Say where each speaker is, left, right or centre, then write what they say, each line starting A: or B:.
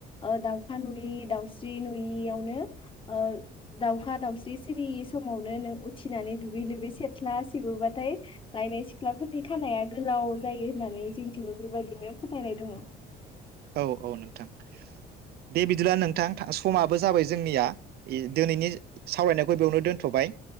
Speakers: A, on the left (about 30°); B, on the right (about 70°).
A: ओ दाउखा नुयि दाउस्रि नुयियावनो ओ दाावखा दाावस्रि सिरि समावनो नों उथिनानै दुगै लुबै सेथ्ला सेबोबाथाय लायनाय सिख्लाफोरनि खानाया गोलाव जायो होननानै जोंथिबो बेबायदिनो फोथायनाय दङ।
B: औ औ नोंथां दे बिदिब्ला नोंथां समाबो जाबाय जोंनिया इ दिनैनि सावरायनायखौ बेयावनो दोनथ'बाय।